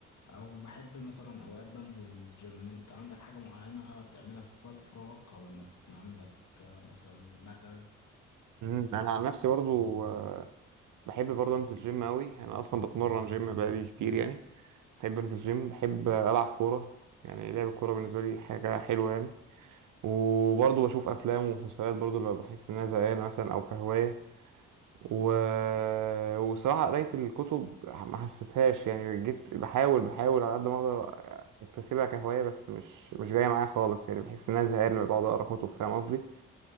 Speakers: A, on the left (about 55°); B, on the right (about 60°).
A: او بحب مثلا اوقات بنزل جيم انت عندك حاجة معينة بتعملها في وقت فراغك او لما تكون عندك كمثلا ملل
B: امم انا عن نفسي برضو آه، بحب برضو انزل جيم قوي انا اصلا بتمرن جيم بقالي كتير يعني بحب انزل جيم بحب العب كورة يعني لعب الكورة بالنسبة لي حاجة حلوة يعني وبرضو بشوف افلام ومسلسلات برضو لما بحس ان انا زهقان مثلا او كهواية و... وصراحة قراية الكتب ما حسيتهاش يعني جيت بحاول بحاول على قد ما اقدر اكتسبها كهواية بس مش مش جاية معايا خالص يعني بحس ان انا زهقان لما بقعد اقرا كتب فاهم قصدي